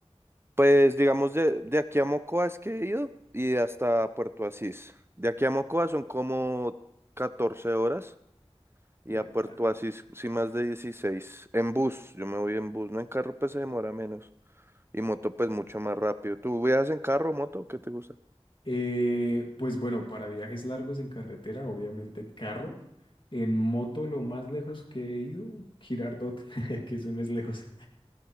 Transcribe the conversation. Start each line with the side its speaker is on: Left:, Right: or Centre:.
Right: Pues digamos de, de aquí a Mocoa es que he ido y hasta Puerto Asís. De aquí a Mocoa son como 14 horas y
Left: Jue
Right: a
Left: madre.
Right: Puerto Asís sí más de dieciséis En bus, yo me voy en bus, no en carro pues se demora menos y moto pues mucho más rápido. ¿Tú viajas en carro o moto? ¿Qué te gusta?
Left: Eh, pues bueno, para viajes largos en carretera, obviamente carro. En moto, lo más lejos que he ido, Girardot, <laughs> que eso no es lejos.